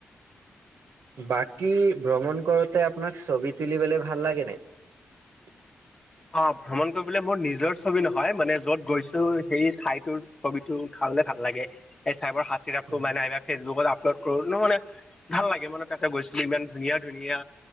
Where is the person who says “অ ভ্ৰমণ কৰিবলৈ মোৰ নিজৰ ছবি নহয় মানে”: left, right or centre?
Left